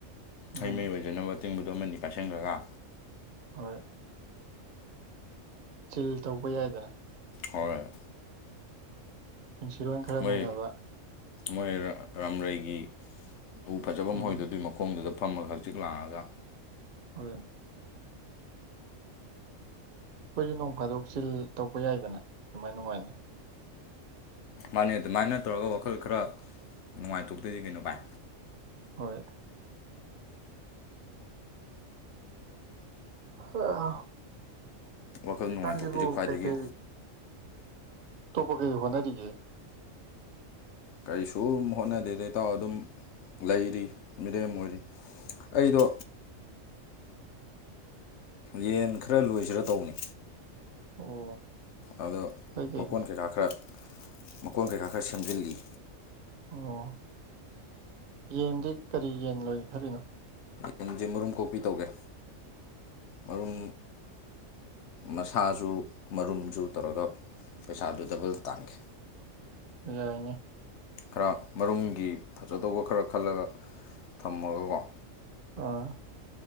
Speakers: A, on the right (about 55°); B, on the left (about 65°).
A: ꯎꯝ
B: ꯍꯩꯃꯍꯤ ꯑꯣꯏꯖꯅꯕ ꯇꯤꯡꯕꯗꯨ ꯑꯃꯅꯤ ꯄꯥꯏꯁꯤꯟꯈꯔꯒ
A: ꯍꯣꯏ ꯆꯤꯜ ꯇꯧꯕ ꯌꯥꯏꯗꯅ
B: ꯍꯣꯏ
A: ꯄꯨꯟꯁꯤꯔꯣꯟ ꯈꯔ
B: ꯃꯣꯏ
A: ꯅꯩꯅꯕ
B: ꯃꯣꯏ ꯔꯥꯝꯔꯩꯒꯤ ꯎ ꯐꯖꯕ
A: ꯎꯝ
B: ꯃꯣꯏꯗꯨꯗꯨꯒꯤ ꯃꯈꯣꯡꯗꯨꯗ ꯐꯝꯃꯒ ꯍꯛꯆꯤꯛ ꯂꯥꯛꯑꯒ
A: ꯍꯣꯏ ꯑꯩꯈꯣꯏꯁꯨ ꯅꯣꯡ ꯐꯥꯗꯣꯛꯆꯜ ꯇꯧꯕ ꯌꯥꯏꯗꯅ ꯑꯗꯨꯃꯥꯏꯅ ꯅꯨꯡꯉꯥꯏꯅ
B: ꯃꯥꯅꯦ ꯑꯗꯨꯃꯥꯏꯅ ꯇꯧꯔꯒ ꯋꯥꯈꯜ ꯈꯔ ꯅꯨꯡꯉꯥꯏꯊꯣꯛꯇꯣꯏꯗꯤ ꯀꯩꯅꯣ ꯚꯥꯏ
A: ꯍꯣꯏ <unintelligible>
B: ꯋꯥꯈꯜ
A: ꯍꯧꯖꯤꯀꯥꯟꯖꯤꯕꯨ
B: ꯅꯨꯡꯉꯥꯏꯊꯣꯛꯄꯁꯤ ꯈ꯭ꯋꯥꯏꯗꯒꯤ
A: ꯀꯩꯀꯩ ꯇꯣꯄ ꯀꯩ ꯀꯩ ꯍꯣꯠꯅꯔꯤꯒꯦ
B: ꯀꯔꯤꯁꯨ ꯍꯣꯠꯅꯗꯦꯗ ꯏꯇꯥꯎ ꯑꯗꯨꯝ ꯂꯩꯔꯤ ꯃꯤꯔꯦꯝ ꯑꯣꯏꯔꯤ ꯑꯩꯗꯣ ꯌꯦꯟ ꯈꯔ ꯂꯣꯏꯁꯤꯔ ꯇꯧꯕꯅꯦ
A: ꯑꯣ
B: ꯑꯗꯣ
A: ꯐꯩ ꯀꯩꯅꯣ
B: ꯃꯀꯣꯟ ꯀꯩꯀꯥ ꯈꯔ ꯃꯀꯣꯟ ꯀꯩꯀꯥ ꯈꯔ ꯁꯦꯝꯖꯤꯜꯂꯤ
A: ꯑꯣ ꯌꯦꯟꯗꯤ ꯀꯔꯤ ꯌꯦꯟ ꯂꯣꯏꯒꯦ ꯈꯜꯂꯤꯅꯣ
B: ꯌꯦꯟꯖꯦ ꯃꯔꯨꯝ ꯀꯣꯛꯄꯤ ꯇꯧꯒꯦ ꯃꯔꯨꯝ ꯃꯁꯥꯖꯨ ꯃꯔꯨꯝꯖꯨ ꯇꯧꯔꯒ ꯄꯩꯁꯥꯗꯨ ꯗꯕꯜ ꯇꯥꯟꯒꯦ
A: ꯌꯥꯏꯅꯦ
B: ꯈꯔ ꯃꯔꯨꯝꯒꯤ ꯐꯖꯗꯧꯕ ꯈꯔ ꯈꯜꯂꯒ ꯊꯝꯃꯒꯀꯣ
A: ꯑꯥ